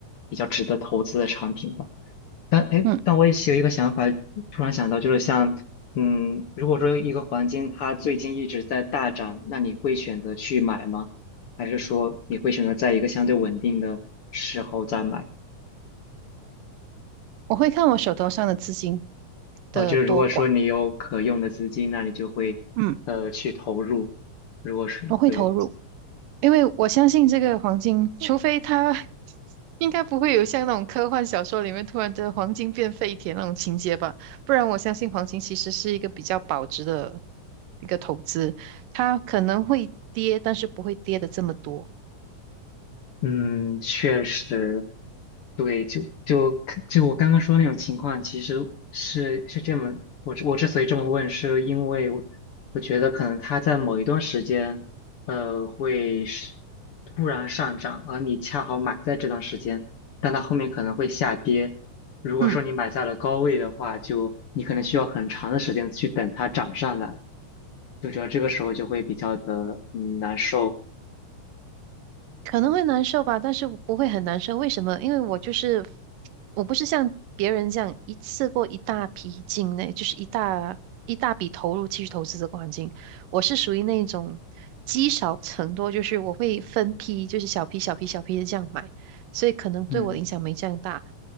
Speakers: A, on the left; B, on the right.
A: 比较值得投资的产品吧。但哎，诶但我也是有一个想法，
B: 嗯，
A: 突然想到，就是像，嗯，如果说一个黄金它最近一直在大涨，那你会选择去买吗？还是说你会选择在一个相对稳定的时候再买？
B: 我会看我手头上的资金
A: 啊，
B: 的多寡，
A: 就是如果说你有可用的资金，那你就会呃去投入。
B: 嗯，
A: 如果是对。
B: 我会投入。因为我相信这个黄金，除非它 <laughs> 应该不会有像那种科幻小说里面突然的黄金变废铁那种情节吧，不然我相信黄金其实是一个比较保值的一个投资，它可能会跌，但是不会跌的这么多。
A: 嗯，确实，对，就就就我刚刚说那种情况，其实是是这么，我之我之所以这么问，是因为我我觉得可能它在某一段时间，呃，会是突然上涨，而你恰好买在这段时间，但它后面可能会下跌。如果说你买在了高位的话，
B: 嗯。
A: 就你可能需要很长的时间去等它涨上来，就觉得这个时候就会比较的嗯难受。
B: 可能会难受吧，但是不会很难受。为什么？因为我就是我不是像别人这样一次过一大批进内，就是一大一大笔投入去投资这个环境。我是属于那种积少成多，就是我会分批，就是小批小批小批的这样买，所以可能对我的影响没这样大。
A: 嗯。